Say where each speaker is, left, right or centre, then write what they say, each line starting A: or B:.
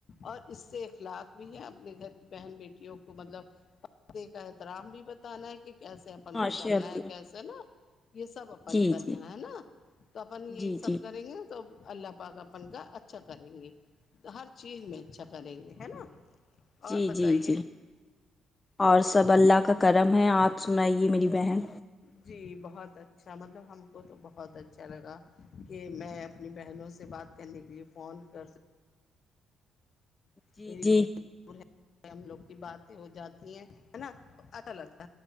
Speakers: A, on the left; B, on the left.
A: اور اس سے اخلاق بھی ہیں اپنے گھر کی بہن بیٹیوں کو مطلب دیکھا احترام بھی بتانا ہے کہ کیسے اپن
B: ماشاء
A: کو چلنا
B: اللہ
A: ہے کیسے نا یہ سب اپن
B: جی
A: کرنا
B: جی
A: ہے نا تو اپن یہ
B: جی جی
A: سب کریں گے تو اللہ پاکہ پن کا اچھا کریں گے ہر چیز میں اچھا کریں گے ہے نا
B: جی
A: اور بتائیے
B: جی جی اور سب اللہ کا کرم ہے آپ سنائیے میری بہن
A: جی بہت اچھا مطلب ہم کو تو بہت اچھا لگا کہ میں اپنی بہنوں سے بات کرنے کے لیے فون کر
B: جی
A: میریور
B: جی
A: ہم لوگ کی باتیں ہو جاتی ہیں ہے نا عطالت